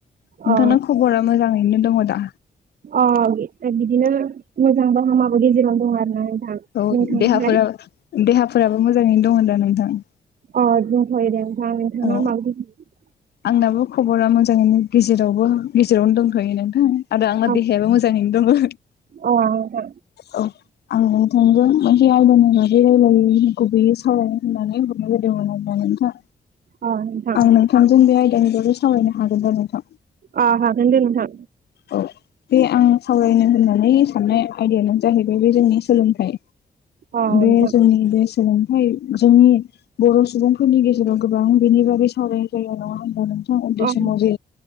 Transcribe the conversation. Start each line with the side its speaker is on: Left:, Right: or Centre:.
Right: दा
Left: नोंथांना
Right: अ
Left: खबरा मोजाङैनो दङ दा?
Right: अ बिदिनो मोजांबो हामाबो गेजेरावनो दं आरोना। नोंथां
Left: औ
Right: नोंथांनिफ्राय
Left: देहाफोरा देहाफोराबो मोजाङैनो दङ दा नोंथां?
Right: अ दंथयो दे नोंथां नोंथांना
Left: औ
Right: <unintelligible>
Left: आंनाबो खबरा मोजाङैनो गेजेराव गेजेरावनो दंथ'यो नोंथां आरो आंना
Right: औ
Left: देहायाबो मोजाङैनो दङो।
Right: औ आं नोंथां
Left: औ आं नोंथांजों मोनसे आयदानि बागै रायला <unintelligible> सावरायनो होननानै हरनाय जादोंमोन आरोना नोंथां।
Right: औ अ नोंथां
Left: आं नोंथांजों बे आयदानि बागै सावरायनो हागोन दा नोंथां?
Right: अ हागोन दे नोंथां
Left: औ बे आं सावरायनो होननाय नै साननाय आयदायानो जाहैबाय बे जोंनि सोलोंथाइ
Right: अ
Left: बे
Right: नोंथां
Left: जोंनि बे सोलों थाइ जोंनि बर' सुबुंफोरनि गेजेराव गोबां बेनि बागै सावरायनाय जायो नङा होनबा नों थां उन्दै
Right: अ
Left: समाव जे